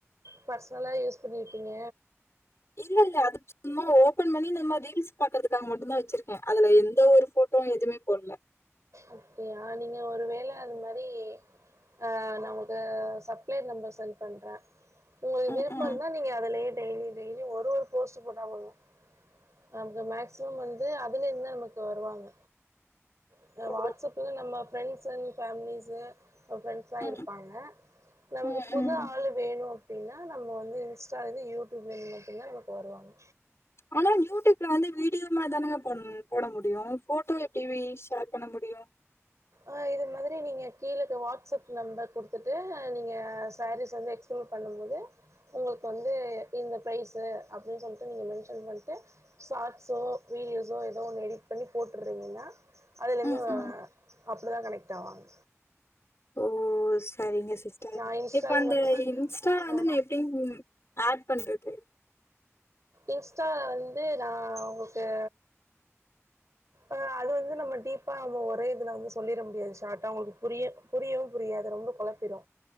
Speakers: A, on the right; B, on the left.
A: பர்ஸ்னலா யூஸ் பண்ணிருப்பிங்க
B: இல்ல இல்ல அது சும்மா ஒப்பன் பண்ணி இந்த மாரி ரீல்ஸ் பாக்கறத்துக்காக மட்டு தா வெச்சிருக்கு அதுல எந்த ஒரு போட்டோவும் எதுமே போடுல
A: அப்டியா நீங்க ஒரு வேள அது மாறி அ நா உங்ளுக்கு சப்ளையர் நம்பர் சென்ட் பண்றேன் உங்களுக்கு
B: ம்
A: விருப்பன்
B: ம்
A: இருந்தா நீங்க அதாலியே டைலி டெய்லி ஒரு ஒரு போஸ்ட் போட்டா போதும் அந்த மேக்சிமம் வந்து அதுல இருந்து நமக்கு வருவாங்க இந்த
B: ஓ
A: வாட்ஸ் அப்ல நம்ப ஃப்ரெண்ட்ஸ் அண்ட் ஃபேமிலிஸு அப் சா
B: ம்
A: இருப்பாங்க நமக்கு
B: ம்
A: புது
B: ம்
A: ஆளு வேணும் அப்டின்னா நம்ம வந்து இன்ஸ்டாலந்து யூட்யூப்லயும் மட்டுதா நமக் வருவாங்க
B: ஆனா யூடியூப்ல வந்து வீடியோ மார் தானேங்க போம் போட முடியும் போட்டோ வி ஷேர் பண்ண முடியும்
A: ஆ இது மாதிரி நீங்க கீழக்கு வாட்ஸ்அப் நம்பர் குடுத்துட்டு நீங்க சாரீஸ் வந்து எக் ப்ளோர் பண்ணுபோது உங்களுக் வந்து இந்த ப்ரைஸு அப்டின் சொல்டு நீங்க மென்ஷன் பண்டு சாட்ஸோ வீடியோஸோ ஏதோ ஒன்னு எடிட் பண்ணி போட்றீங்கன்னா அதுலயிந்து
B: ம் ம்
A: அப்டிதா கனெக்ட் ஆவாங்க
B: ஓ செ சரிங்க சிஸ்டர்
A: நா இன்ஸ்டால்
B: இப்ப அந்த
A: மட்
B: இன்ஸ்டா
A: ஆ
B: வந்து நான் எப்டிங் ஆட் பண்றது
A: இன்ஸ்டா வந்து நா உங்கக்கு அ அது வந்து நம்ம டீப்பா நம்ம ஒரே இதுல வந்து சொல்லிட முடியது ஷாட்ட அவங்களுக்கு புரிய புரியு புரியாது ரொம்ப கொழப்பிடு